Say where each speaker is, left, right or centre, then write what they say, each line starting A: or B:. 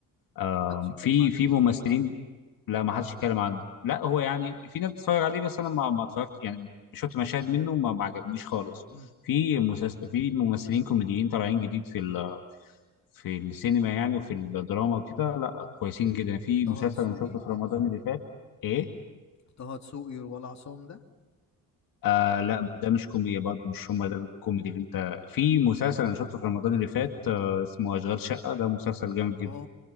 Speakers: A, on the left; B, on the left.
A: آه،
B: محدش يتكلم
A: في
B: عنه
A: في ممثلين
B: اصلا
A: لا ما حدش يتكلم عنه لا هو يعني في ناس بتتفرج عليه بس انا ما ما اتفرجت يعني شفت مشاهد منه ما ما عجبنيش خالص
B: امم
A: في مسلس... في ممثلين كوميديين طالعين جديد في ال... في السينما يعني وفي الدراما وكده لا كويسين جدا في
B: طه
A: مسلسل
B: دسوقي
A: انا شفته في رمضان اللي فات ايه
B: طه دسوقي ولا عصام ده
A: آه لا ده مش كوميديا برضه مش هم ده الكوميدي اللي انت في مسلسل انا شفته في رمضان اللي فات آه اسمه اشغال شقة ده مسلسل جامد جدا
B: اه